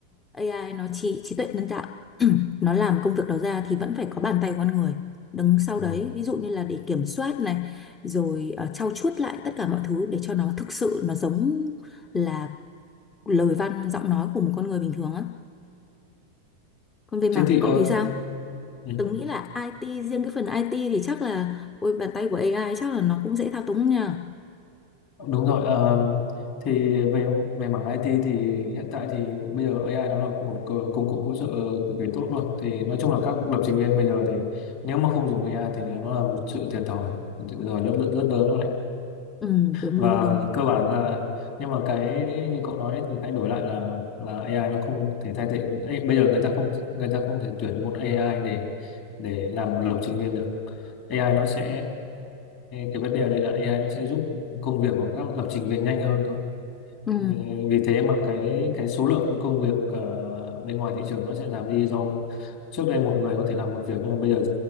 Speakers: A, on the left; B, on the left.
A: AI nó trí trí tuệ nhân tạo <clears throat> nó làm công việc đó ra thì vẫn phải có bàn tay của con người đứng sau
B: Rồi.
A: đấy ví dụ như là để kiểm soát này rồi uh, trau chuốt lại tất cả mọi thứ để cho nó thực sự nó giống là lời văn giọng nói của một con người bình thường á còn về mảng
B: Thế thì
A: của
B: ờ,
A: cậu thì sao
B: ừ,
A: tớ nghĩ là IT riêng cái phần IT thì chắc là ôi bàn tay của AI chắc là nó cũng dễ thao túng nhỉ
B: đúng rồi ờ, thì về về mảng IT thì hiện tại thì bây giờ AI nó là một cờ- công cụ hỗ trợ cực kỳ tốt luôn thì nói chung là các lập trình viên bây giờ thì nếu mà không dùng AI thì nó là một sự thiệt thòi một sự thiệt thòi rất rất, rất lớn luôn đấy
A: Ừ, đúng
B: và
A: đúng đúng
B: cơ bản là nhưng mà cái như cậu nói đấy thì cái đổi lại là là AI nó không thể thay thế Ê, bây giờ người ta không người ta không thể tuyển một AI để để làm một lập trình viên được AI nó sẽ cái vấn đề ở đây là AI nó sẽ giúp công việc của các lập trình viên nhanh hơn thôi
A: ừ,
B: Ừ, vì thế mà cái cái số lượng công việc ờ, bên ngoài thị trường nó sẽ giảm đi do trước đây một người có thể làm một việc nhưng mà bây giờ